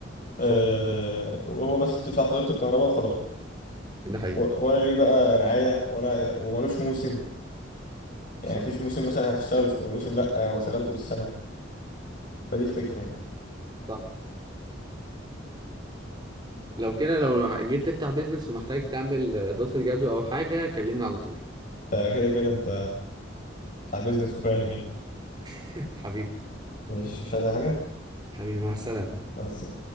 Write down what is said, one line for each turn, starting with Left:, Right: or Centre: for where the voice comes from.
Right: صح
Left: أه وهو بس بتدفع فاتورة الكهرباء وخلاص
Right: ده حقيقي
Left: و- ولا ليه بقى رعاية ولا وملوش موسم يعني
Right: صح
Left: مفيش موسم مثلا هتشتغل موسم لا هو شغلته بالسنة فدي الفكرة يعني.
Right: صح لو كده لو جيت تفتح بيزنس ومحتاج تعمل دراسة جدوى او حاجة كلمني على طول
Left: آه، كده كده انت بتاع بيزنس وفاهم يعني
Right: <laughs> حبيبي
Left: مش مش عايز أي حاجة
Right: حبيبي مع السلامة
Left: بس